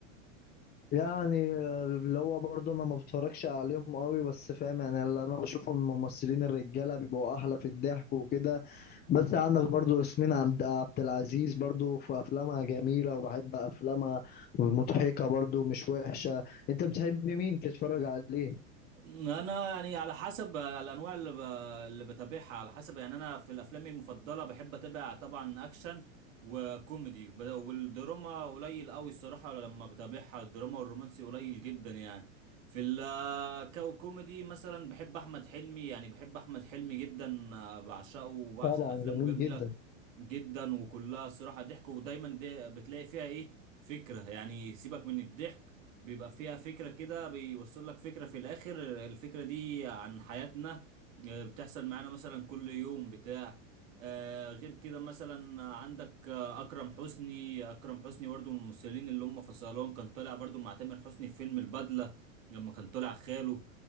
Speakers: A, on the left (about 25°); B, on the right (about 75°).
A: يعني آه، اللي هو برضه انا ما بتفرجش عليهم قوي بس فاهم يعني اللي انا بشوفه من الممثلين الرجاله بيبقوا احلى في الضحك وكده بس عندك برضه ياسمين عبد عبد العزيز برضه في افلامها جميله وبحب افلامها مضحكه برضه مش وحشه انت بتحب مين تتفرج عليه
B: انا يعني على حسب الانواع اللي ب... اللي بتابعها على حسب يعني انا في الافلام المفضله بحب اتابع طبعا اكشن وكوميدي ب- والدراما قليل قوي الصراحه لما بتابعها الدراما والرومانسي قليل جدا يعني في الكوميدي مثلا بحب احمد حلمي يعني بحب احمد حلمي جدا آه، بعشقه وبعشق
A: طبعا
B: افلامه
A: جميل
B: جميله
A: جدا
B: جدا وكلها الصراحة ضحك ودايما دي بتلاقي فيها ايه فكرة يعني سيبك من الضحك بيبقى فيها فكرة كده بيوصل لك فكرة في الآخر الفكرة دي عن حياتنا آه، بتحصل معانا مثلا كل يوم بتاع آه، غير كده مثلا عندك آه، أكرم حسني أكرم حسني برضو من الممثلين اللي هم في صالون كان طالع برضو مع تامر حسني في فيلم البدلة لما كان طالع خاله